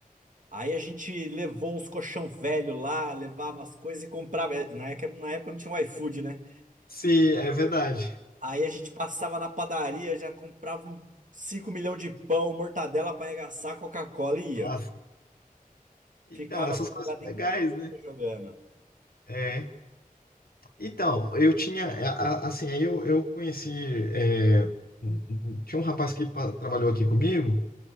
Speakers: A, on the right (about 60°); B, on the left (about 85°).
A: Aí a gente levou uns colchão velho lá, levava as coisas e comprava. Eh, Na época, na época não tinha o iFood, né?
B: Sim, é verdade.
A: Aí a gente passava na padaria, já comprava um 5 milhões de pão, mortadela pra arregaçar, Coca-Cola e ia.
B: Ah, Então,
A: Ficava
B: essas
A: a madrugada
B: coisas legais,
A: inteira
B: né?
A: jogando.
B: É. Então, eu tinha, é, a- a- assim, aí eu, eu conheci, é, um- um- tinha um rapaz que pa- trabalhou aqui comigo,